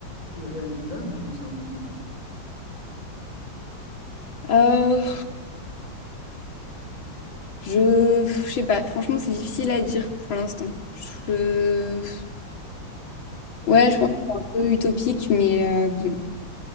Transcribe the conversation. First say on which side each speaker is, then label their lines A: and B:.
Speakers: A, on the left; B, on the left.
A: réalisable ou c'est un peu utopique?
B: Euh, je, je sais pas. Franchement, c'est difficile à dire pour l'instant. Je,
A: Ouais,
B: ouais,
A: c'est
B: je pense que c'est un peu utopique, mais euh, bon,